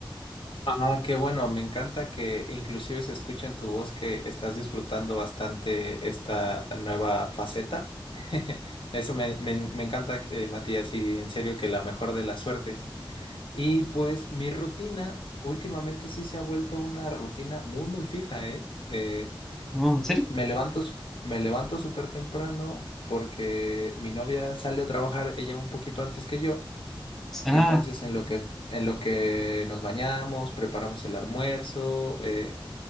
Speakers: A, on the left; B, in the centre.
A: Ah, qué bueno, me encanta que inclusive se escucha en tu voz que estás disfrutando bastante esta nueva faceta. <laughs> Eso me, me- me encanta, eh, Matías, y en serio que la mejor de las suertes. Y pues mi rutina últimamente sí se ha vuelto una rutina muy, muy fija, ¿eh? Eh,
B: No, ¿en serio?
A: me levanto, su- me levanto súper temprano porque mi novia sale a trabajar, ella un poquito antes que yo.
B: Ah,
A: Y entonces en lo que, en lo que nos bañamos, preparamos el almuerzo, eh,